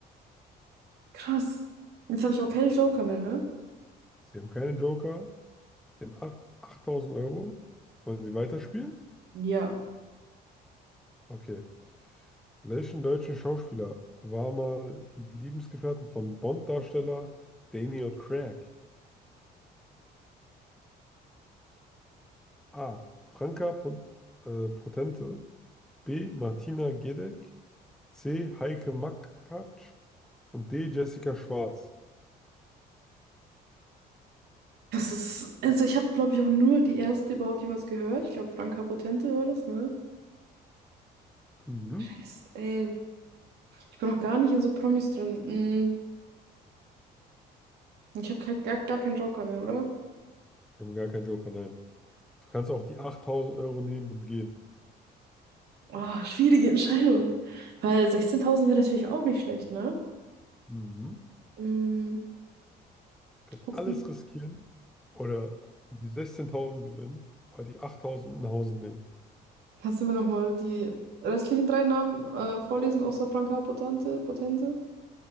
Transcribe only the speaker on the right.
Krass. Jetzt habe ich aber keine Joker mehr, ne?
Ja.
Das ist, also ich habe, glaube ich, auch nur die erste überhaupt jemals gehört. Ich glaube, Franka Potente war das, ne?
Rest, ey. Ich bin noch gar nicht in so Promis drin. Hm. Ich habe gar, gar, gar keinen Joker mehr, oder?
Oh, schwierige Entscheidung. Weil 16.000 wäre natürlich auch nicht schlecht, ne?
Mm,
kannst,
du-
kannst du mir nochmal die restlichen drei Namen äh, vorlesen, außer Franka Potente, Potente?